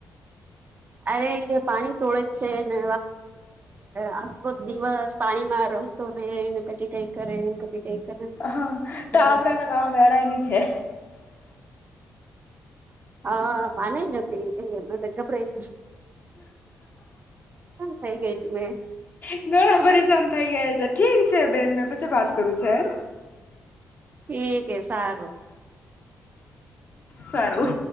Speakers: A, on the right (about 40°); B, on the left (about 45°).
A: અરે અયા પાણી ટળે જ છે ને આખખો દિવસ પાણીમાં રમ તો એ ક કઈ કરે એ ક કઈ કરે
B: હા
A: હમ
B: ટાબરાના કામ વેળાયની <inaudible>
A: હા માનેય નથી એમને ગબ છે પરેશન સઈ ગઈ છું મેં
B: ઘણા પરેશાન થઈ ગયા છે ઠીક છે બેન મેં પછી વાત કરું છે એને
A: ઠીક એ સારું
B: સારું